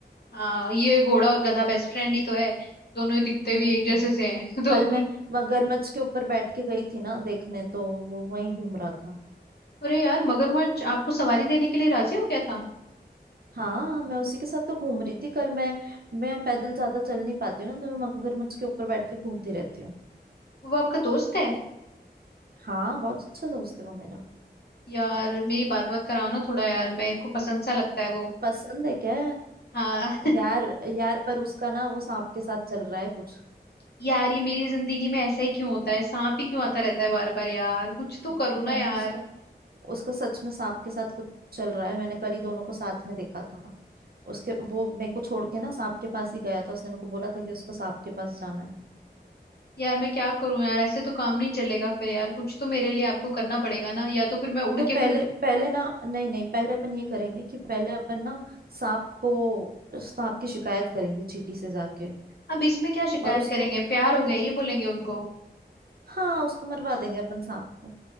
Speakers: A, on the left; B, on the right.
A: हाँ ये घोड़ा और गधा बेस्ट फ्रेंड ही तो है दोनों ही दिखते
B: हम्म
A: भी एक जैसे से हैं <laughs> तो
B: कल मैं मगरमच्छ के ऊपर बैठ के गई थी ना देखने तो वो वहीं घूम रहा था
A: अरे यार मगरमच्छ आपको सवारी देने के लिए राजी हो गया था
B: हाँ मैं उसी के साथ तो घूम रही थी कल मैं मैं पैदल ज्यादा चल नहीं पाती हूँ ना तो मैं मगरमच्छ के ऊपर बैठ के घूमती रहती हूँ
A: वो आपका दोस्त है
B: हाँ बहुत अच्छा दोस्त है वो मेरा
A: यार मेरी बात बात कराओ ना थोड़ा यार मेरे को पसंद सा लगता है वो
B: पसंद है क्या
A: हाँ
B: यार यार पर उसका ना वो सांप के साथ चल रहा है कुछ
A: <laughs> यार ये मेरी जिंदगी में ऐसा ही क्यों होता है सांप ही क्यों आता रहता है बार बार यार कुछ तो
B: नहीं
A: करो ना यार
B: उसका उसका सच में सांप के साथ कुछ चल रहा है मैंने कल ही दोनों को साथ में देखा था उसके वो मेरे को छोड़ के ना सांप के पास ही गया था उसने मेरे को बोला था कि उसको सांप के पास जाना है
A: यार मैं क्या करूं यार ऐसे तो काम नहीं चलेगा फिर यार कुछ तो मेरे लिए आपको करना पड़ेगा ना या तो फिर मैं उड़
B: तो
A: के
B: पहले
A: फिर
B: पहले ना नहीं नहीं पहले अपन ये करेंगे कि पहले अपन ना सांप को सांप की शिकायत करेंगे चींटी से जाके
A: अब इसमें क्या शिकायत
B: और उसको
A: करेंगे प्यार हो गया ये बोलेंगे उनको
B: हाँ उसको मरवा देंगे अपन सांप को